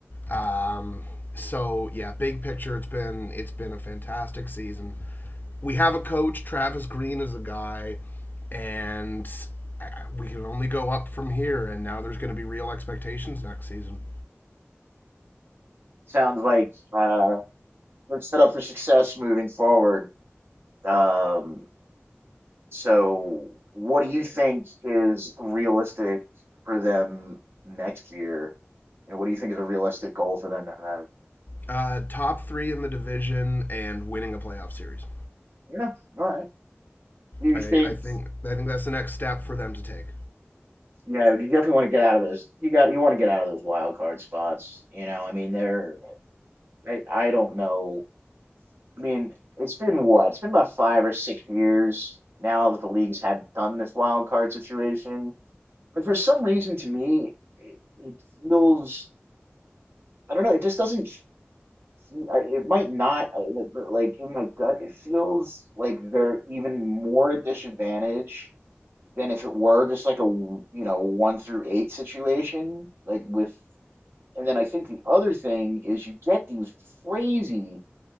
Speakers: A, on the left; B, on the right.
A: Um, so yeah, big picture, it's been it's been a fantastic season. We have a coach, Travis Green is a guy, and uh, we can only go up from here. And now there's going to be real expectations next season.
B: Sounds like uh, they're set up for success moving forward. Um, So, what do you think is realistic for them next year? You know, what do you think is a realistic goal for them to have?
A: Uh, top three in the division and winning a playoff series.
B: Yeah, all right. Do you
A: I,
B: think,
A: I think I think that's the next step for them to take.
B: you know, you definitely want to get out of those. You got, you want to get out of those wild card spots. You know, I mean, they're, I, I don't know. I mean, it's been what? It's been about five or six years now that the leagues had done this wild card situation. But for some reason, to me, it, it feels, I don't know, it just doesn't see, I, it might not. I, but, like in my gut, it feels like they're even more at disadvantage than if it were just like a w- you know one through eight situation. Like with, and then I think the other thing is you get these crazy